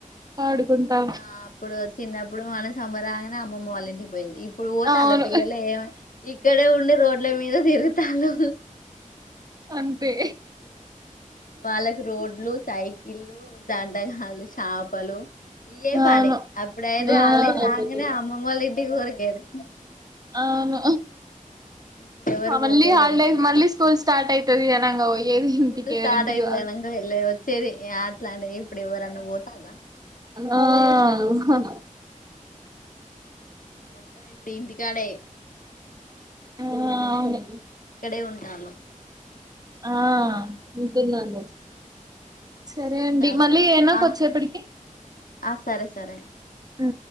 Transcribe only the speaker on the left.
ఇప్పుడు అప్పుడు సిన్నప్పుడు మనస్ సమ్మర్ రాగానే అమ్మమ్మ వాళ్ళ ఇంటికి పోయేది ఇప్పుడు పోతే
వాళ్ళ పిల్లలు ఇక్కడే ఉండి రోడ్ల మీద తి తిరుగుతాళ్ళు
వాళ్ళకి రోడ్లు సైకిళ్ళు దంటగాళ్ళు చాపలు ఇయే బన్నాయ్
అప్పుడైతే
హాల్డేస్ రాంగనే అమ్మమ్మొల్లింటికి ఊరికేది
ఇప్పుడు ఎవరు
పోతలేరు
అట్లా
స్కూల్
స్టార్ట్ అయితే
గనంగా వెళ్ళ వచ్చేది అట్లాంటిది ఇప్పుడు ఎవరన్నా పోతాల్లా
మొత్తం ఇప్పుడు ఇంటికాడే
ఇక్కడే ఉంటాను
సరేనా
ఆ
ఆ సరే సరే